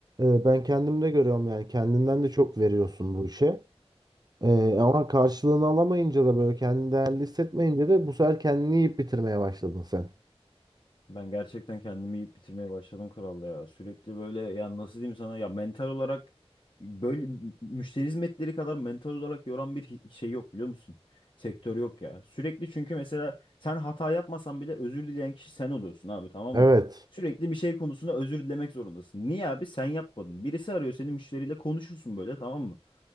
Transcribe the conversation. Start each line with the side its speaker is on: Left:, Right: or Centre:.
Right: e, ben kendim de görüyorum yani kendinden de çok veriyorsun bu işe. E, ama karşılığını alamayınca da böyle kendini değerli hissetmeyince de bu sefer kendini yiyip bitirmeye başladın sen.
Left: Ben gerçekten kendimi yiyip bitirmeye başladım kral ya. Sürekli böyle ya nasıl diyeyim sana ya mental olarak böyle müşteri hizmetleri kadar mental olarak yoran bir hi- şey yok biliyor musun? Sektör yok ya. Sürekli çünkü mesela sen hata yapmasan bile özür dileyen kişi sen oluyorsun abi tamam
Right: Evet.
Left: mı? Sürekli bir şey konusunda özür dilemek zorundasın. Niye abi? Sen yapmadın. Birisi arıyor seni müşteriyle konuşursun böyle tamam mı?